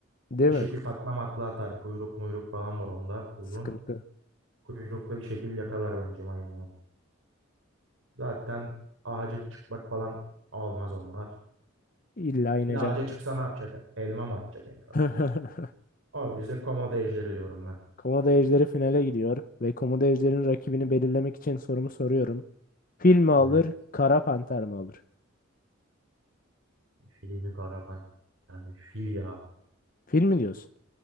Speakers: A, on the left; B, on the right.
A: Değil
B: Bir şekil
A: mi?
B: taklamakla atar. Kuyruk muyruk falan var onda uzun.
A: Sıkıntı.
B: Kuyruklu bir şekil yakalar bence maymunu. Zaten ağaca çıkmak falan olmaz onlar.
A: İlla ineceğim.
B: Bir de ağaca çıksa ne yapacak? Elma mı atacak en fazla?
A: <laughs>
B: O yüzden komodo ejderi diyorum ben.
A: Komodo ejderi finale gidiyor ve komodo ejderinin rakibini belirlemek için sorumu soruyorum. Fil mi alır,
B: Evet.
A: kara panter mi alır?
B: Filmi Karaman. Yani fil ya.
A: Fil mi diyorsun?